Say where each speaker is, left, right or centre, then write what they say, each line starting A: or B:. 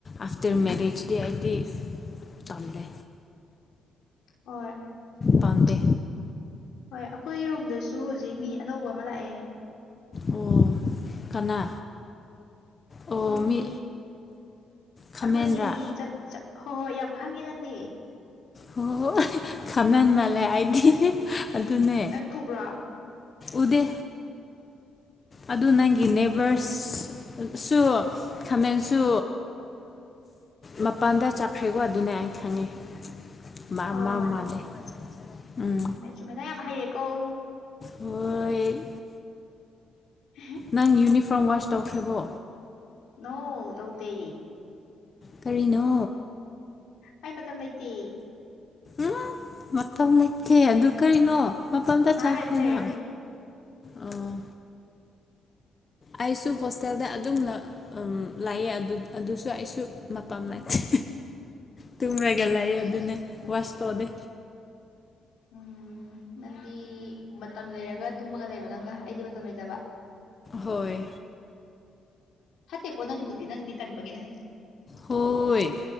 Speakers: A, on the left (about 35°); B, on the left (about 75°).
A: ꯑꯐꯇꯔ ꯃꯦꯔꯦꯖꯗꯤ ꯍꯥꯏꯗꯤ ꯆꯜꯂꯦ
B: ꯍꯥꯏ
A: ꯄꯝꯗꯦ
B: ꯍꯣꯏ ꯑꯩꯈꯣꯏ ꯔꯨꯝꯗꯁꯨ ꯍꯧꯖꯤꯛ ꯃꯤ ꯑꯅꯧꯕ ꯑꯃ ꯂꯥꯛꯑꯦ
A: ꯑꯣ ꯀꯅꯥ ꯑꯣ
B: ꯑꯩꯈꯣꯏꯒꯤ
A: ꯃꯤ ꯈꯥꯃꯦꯟꯔꯥ
B: ꯑꯩꯈꯣꯏꯒꯤ ꯆꯛ ꯆꯛꯍꯣꯏ ꯍꯣꯏ ꯌꯥꯝ ꯈꯪꯉꯦ ꯅꯪꯗꯤ
A: ꯍꯣꯏ ꯍꯣꯏ ꯈꯥꯃꯦꯟ ꯃꯥꯜꯂꯦ ꯑꯩꯗꯤꯅꯦ ꯑꯗꯨꯅꯦ
B: ꯅꯪ ꯎꯕ꯭ꯔꯣ
A: ꯎꯗꯦ ꯑꯗꯨ ꯅꯪꯒꯤ ꯅꯦꯕꯔꯁ ꯁꯨ ꯈꯥꯃꯦꯟꯁꯨ ꯃꯄꯥꯟꯗ ꯆꯥꯈ꯭ꯔꯦꯀꯣ ꯑꯗꯨꯅꯦ ꯑꯩ ꯈꯪꯉꯤ ꯃꯥ
B: ꯍꯣꯏ
A: ꯃꯥ ꯃꯥꯂꯦ ꯎꯝ
B: ꯁꯨꯃꯤꯅꯥ ꯌꯥꯝ ꯍꯩꯔꯦꯀꯣ
A: ꯍꯣꯏ
B: ꯎꯝ
A: ꯅꯪ ꯌꯨꯅꯤꯐꯣꯔꯝ ꯋꯥꯁ ꯇꯧꯈ꯭ꯔꯦꯕꯣ
B: ꯅꯣ ꯇꯧꯗꯦ
A: ꯀꯔꯤꯅꯣ
B: ꯑꯩ ꯃꯇꯝ ꯂꯩꯇꯦ
A: ꯎ ꯃꯇꯝ ꯂꯩꯇꯦ ꯑꯗꯨ ꯀꯔꯤꯅꯣ ꯃꯇꯝꯇ
B: ꯉꯥꯏꯍꯥꯛ
A: ꯆꯥꯈ꯭ꯔꯦꯅ
B: ꯂꯩꯔꯗꯤ ꯂꯩꯔꯅꯤ
A: ꯑꯥ ꯑꯩꯁꯨ ꯍꯣꯁꯇꯦꯜꯗ ꯑꯗꯨꯝ ꯂ ꯂꯥꯛꯑꯦ ꯑꯗꯨꯁꯨ ꯑꯩꯁꯨ ꯃꯄꯥꯝ ꯂꯥꯛꯇꯦ ꯇꯨꯝꯔꯒ ꯂꯩꯌꯦ ꯑꯗꯨꯅꯦ ꯋꯥꯁ ꯇꯣꯗꯦ
B: ꯎꯝ ꯅꯪꯗꯤ ꯃꯇꯝ ꯂꯩꯔꯒ ꯇꯨꯝꯃꯒ ꯂꯩꯕ ꯅꯪꯅ ꯑꯩꯗꯤ ꯃꯇꯝ ꯂꯩꯇꯕ
A: ꯍꯣꯏ
B: ꯐꯠꯇꯦꯀꯣ ꯅꯪ ꯑꯗꯨꯗꯤ ꯅꯪꯗꯤ ꯇꯟꯕꯒꯤꯅꯦ
A: ꯍꯣꯏ